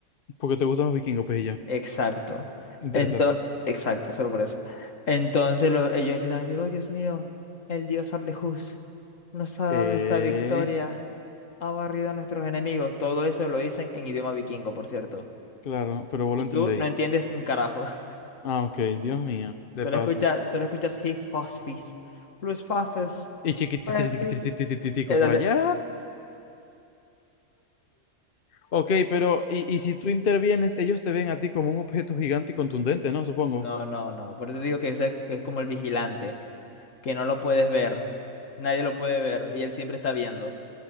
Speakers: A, on the left (about 50°); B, on the left (about 70°).
A: Porque te gustan los vikingos, pues y ya.
B: Exacto.
A: Interesante.
B: Entonces, exacto, solo por eso. Entonces lo- ellos empiezan a decir, oh Dios mío, el dios Ablehús nos ha
A: Que...
B: dado esta victoria, ha barrido a nuestros enemigos. Todo eso lo dicen en idioma vikingo, por cierto.
A: Claro, pero vos
B: Y
A: lo entendéis.
B: tú no entiendes un carajo. <laughs>
A: Ah, ok, Dios mío. De
B: Solo
A: paso.
B: escuchas, solo escuchas hip hospice, plus Pues
A: Y chiquititititititico
B: sí, sí. Es
A: por
B: la de-
A: allá. Ok, pero y, y si tú intervienes, ellos te ven a ti como un objeto gigante y contundente, ¿no? Supongo.
B: No, no, no. Por eso digo que, ese- que es como el vigilante, que no lo puedes ver. Nadie lo puede ver y él siempre está viendo.